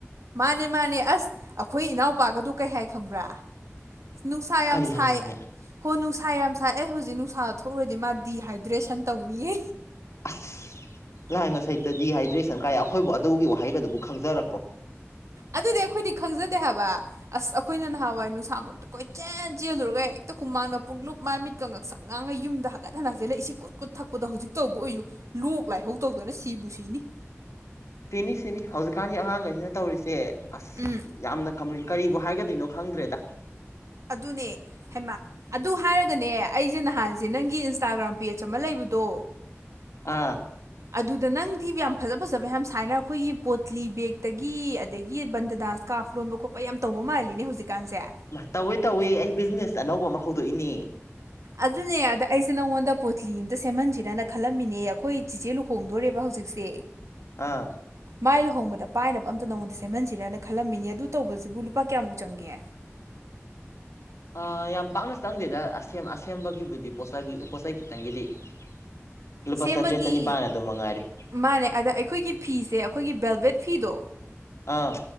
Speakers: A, on the right; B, on the left.
A: ꯃꯥꯅꯦ ꯃꯥꯅꯦ ꯑꯁ ꯑꯈꯣꯏ ꯏꯅꯥꯎꯄꯥꯒꯗꯣ ꯀꯩ ꯍꯥꯏ ꯈꯪꯕ꯭ꯔꯥ ꯅꯨꯡꯁꯥ ꯌꯥꯝ
B: ꯀꯔꯤ
A: ꯁꯥꯏ
B: ꯍꯥꯏꯅꯣꯅꯦ
A: ꯍꯣ ꯅꯨꯡꯁꯥ ꯌꯥꯝ ꯁꯥꯏ ꯑꯩ ꯍꯧꯖꯤꯛ ꯅꯨꯡꯁꯥꯗ ꯊꯣꯛꯎꯔꯗꯤ ꯃꯥ ꯗꯤꯍꯥꯏꯗ꯭ꯔꯦꯁꯟ ꯇꯧꯅꯤꯌꯦ
B: ꯑꯁ ꯂꯥꯏꯃ ꯁꯩꯇ ꯗꯤꯍꯥꯏꯗ꯭ꯔꯦꯁꯟ ꯀꯥꯏ ꯑꯩꯈꯣꯏꯕꯨ ꯑꯗꯨꯒꯤ ꯋꯥꯍꯩꯒꯗꯨꯕꯨ ꯈꯪꯖꯔꯛꯄ꯭ꯔꯣ
A: ꯑꯗꯨꯗꯤ ꯑꯩꯈꯣꯏꯗꯤ ꯈꯪꯖꯗꯦ ꯍꯥꯏꯕ ꯑꯁ ꯑꯩꯈꯣꯏꯅ ꯅꯍꯥꯟꯋꯥꯏ ꯅꯨꯡꯁꯥꯃꯛ ꯀꯣꯏꯆꯦꯟ ꯆꯦꯜꯂꯨꯔꯒ ꯍꯦꯛꯇ ꯍꯨꯃꯥꯡꯅ ꯄꯨꯡꯂꯨꯞ ꯃꯥꯏ ꯃꯤꯠꯀ‌ ꯉꯥꯡꯁꯛ ꯉꯥꯡꯒꯩ ꯌꯨꯝꯗ ꯍꯟꯒꯠ ꯍꯟꯗ ꯆ‌ꯦꯜꯂꯛꯑ ꯏꯁꯤꯡ ꯀꯨꯠ ꯀꯨꯠ ꯀꯨꯠ ꯊꯛꯄꯗꯣ ꯍꯧꯖꯤꯛ ꯇꯧꯕ ꯑꯣꯏꯌꯨ ꯂꯣꯛ ꯂꯥꯏꯍꯧ ꯇꯧꯗꯅ ꯁꯤꯕꯨ ꯁꯤꯅꯤ
B: ꯁꯤꯅꯤ ꯁꯤꯅꯤ ꯍꯧꯖꯤꯛꯀꯥꯟꯒꯤ ꯑꯉꯥꯡꯒꯩꯖꯤꯅ ꯇꯧꯔꯤꯁꯦ ꯑꯁ
A: ꯎꯝ
B: ꯌꯥꯝꯅ ꯀꯔꯤꯕꯨ ꯍꯥꯏꯒꯗꯨꯏꯅꯣ ꯈꯪꯗ꯭ꯔꯦꯗ
A: ꯑꯗꯨꯅꯦ ꯍꯩꯃꯥ ꯑꯗꯨ ꯍꯥꯏꯔꯒꯅꯦ ꯑꯩꯁꯦ ꯅꯍꯥꯟꯁꯦ ꯅꯪꯒꯤ ꯏꯟꯁꯇꯥꯒ꯭ꯔꯥꯝ ꯄꯦꯖ ꯑꯃ ꯂꯩꯕꯗꯣ
B: ꯑꯥ
A: ꯑꯗꯨꯗ ꯅꯪꯗꯤ ꯌꯥꯝ ꯐꯖ ꯐꯖꯕ ꯌꯥꯝ ꯁꯥꯏꯅ ꯑꯩꯈꯣꯏꯒꯤ ꯄꯣꯠꯂꯤ ꯕꯦꯛꯇꯒꯤ ꯑꯗꯒꯤ ꯕꯟꯗꯗꯥꯁ ꯀꯥꯞ ꯂꯣꯟꯕ ꯈꯣꯠꯄ ꯌꯥꯝ ꯇꯧꯕ ꯃꯥꯜꯂꯤꯅꯦ ꯍꯧꯖꯤꯛꯀꯥꯟꯁꯦ
B: ꯃꯥ ꯇꯧꯋꯦ ꯇꯧꯋꯦ ꯑꯩ ꯕꯤꯖꯤꯅꯦꯁ ꯑꯅꯧꯕ ꯑꯃ ꯍꯧꯗꯣꯛꯏꯅꯦ
A: ꯑꯗꯨꯅꯦ ꯑꯗ ꯑꯩꯁꯦ ꯅꯪꯉꯣꯟꯗ ꯄꯣꯠꯂꯤ ꯑꯃꯇ ꯁꯦꯝꯍꯟꯁꯤꯔꯅ ꯈꯜꯂꯝꯃꯤꯅꯦ ꯑꯈꯣꯏ ꯆꯤꯆꯦ ꯂꯨ ꯍꯣꯡꯗꯣꯔꯦꯕ ꯍꯧꯖꯤꯛꯁꯦ
B: ꯑꯥ
A: ꯃꯥꯏ ꯂꯨꯍꯣꯡꯕꯗ ꯄꯥꯏꯅꯕ ꯑꯝꯇ ꯅꯉꯣꯟꯗ ꯁꯦꯝꯍꯟꯁꯤꯔꯅ ꯈꯜꯂꯝꯃꯤꯅꯤ ꯑꯗꯨ ꯇꯧꯕꯁꯤꯕꯨ ꯂꯨꯄꯥ ꯀꯌꯥꯃꯨꯛ ꯆꯪꯒꯦ
B: ꯑꯥ ꯌꯥꯝ ꯄꯥꯛꯅ ꯆꯪꯗꯦꯗ ꯑꯁꯦꯝ ꯑꯁꯦꯝꯕꯒꯤꯕꯨꯗꯤ ꯄꯣꯠ ꯆꯪ ꯄꯣꯠꯆꯩ ꯈꯤꯇꯪꯒꯤꯗꯤ <unintelligible>
A: ꯁꯦꯝꯕꯒꯤ
B: ꯆꯅꯤꯄꯥꯟ ꯑꯗꯨꯝ ꯃꯉꯥꯏꯔꯦ
A: ꯃꯥꯅꯦ ꯑꯗ ꯑꯩꯈꯣꯏꯒꯤ ꯐꯤꯁꯦ ꯑꯩꯈꯣꯏꯒꯤ ꯕꯦꯜꯕꯦꯠ ꯐꯤꯗꯣ
B: ꯑꯥ